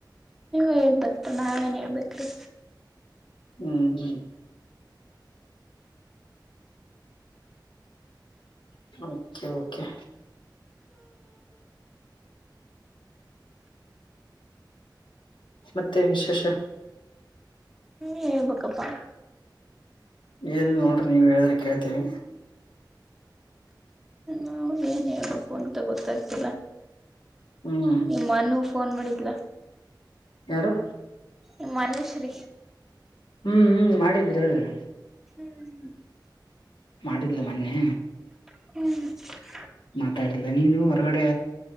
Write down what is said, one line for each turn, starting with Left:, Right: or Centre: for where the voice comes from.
Centre: ಹೇಳ್ಬೇಕು ನಾವೇನ್ ಹೇಳ್ಬೇಕ್ರಿ.
Left: <unintelligible> <unintelligible> ಓಕೆ ಓಕೆ ಮತ್ತೆನ ವಿಶೇಷ.
Centre: ಹೆಳಬೆಕಪ್ಪಾ
Left: ಏನಿಲ್ಲ ನೋಡ್ರಿ ನೀವು ಹೇಳಿದ್ರೆ ಕೇಳ್ತೀವಿ.
Centre: ನಾವು <unintelligible> ಅಂತ ಗೊತ್ತಾಗ್ತಿಲ್ಲ
Left: ಹ್ಮ್
Centre: ನಿಮ್ಮಾನೂ ಫೋನ್ ಮಾಡಿದ್ಲ?
Left: ಯಾರು?
Centre: ನಿಮ್ಮ ಅನುಶ್ರೀ.
Left: ಹ್ಞೂ ಹ್ಞೂ ಮಾಡಿದ್ರಿ ಹೇಳ್ರಿ.
Centre: ಹ್ಮ್ <unintelligible>
Left: ಮಾಡಿದ್ಲು ಮೊನ್ನೆ
Centre: ಹ್ಮ್ ಹ್ಮ್
Left: ಮಾತಾಡಿಲ್ಲ ನೀನು ಹೊರಗಡೆ